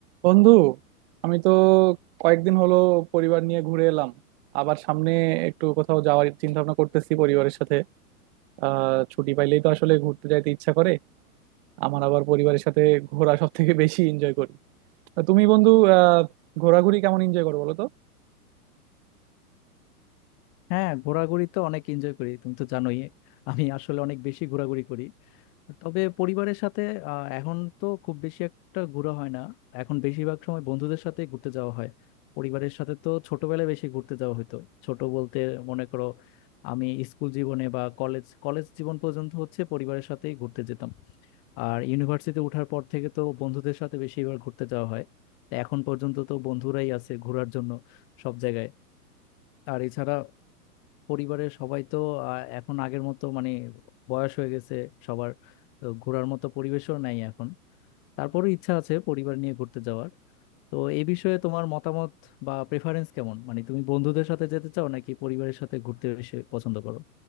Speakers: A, on the right; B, on the left.
A: বন্ধু আমি তো কয়েকদিন হলো পরিবার নিয়ে ঘুরে এলাম আবার সামনে একটু কোথাও যাওয়ার চিন্তা ভাবনা করতেছি পরিবারের সাথে আহ ছুটি পাইলেই তো আসলে ঘুরতে যাইতে ইচ্ছা করে আমার আবার পরিবারের সাথে ঘোরা সব থেকে বেশি এনজয় করি তা তুমি বন্ধু আহ ঘোরাঘুরি কেমন এনজয় করো বলো তো
B: হ্যাঁ ঘোরাঘুরি তো অনেক এনজয় করি তুমি তো জানোই আমি আসলে অনেক বেশি ঘোরাঘুরি করি তবে পরিবারের সাথে আহ, এখন তো খুব বেশি একটা ঘোরা হয় না এখন বেশিরভাগ সময় বন্ধুদের সাথে ঘুরতে যাওয়া হয় পরিবারের সাথে তো ছোটবেলায় বেশি ঘুরতে যাওয়া হতো ছোট বলতে মনে করো আমি স্কুল জীবনে বা কলেজ কলেজ জীবন পর্যন্ত হচ্ছে পরিবারের সাথেই ঘুরতে যেতাম আর ইউনিভার্সিটিতে ওঠার পর থেকে তো বন্ধুদের সাথে বেশিবার ঘুরতে যাওয়া হয় তো এখন পর্যন্ত তো বন্ধুরাই আছে ঘোরার জন্য সব জায়গায় আর এছাড়া পরিবারের সবাই তো আহ, এখন আগের মতো মানে বয়স হয়ে গেছে সবার তো ঘোরার মতো পরিবেশও নাই এখন তারপরও ইচ্ছা আছে পরিবার নিয়ে ঘুরতে যাওয়ার তো এই বিষয়ে তোমার মতামত বা প্রেফারেন্স কেমন মানে তুমি বন্ধুদের সাথে যেতে চাও নাকি পরিবারের সাথে ঘুরতে বেশি পছন্দ করো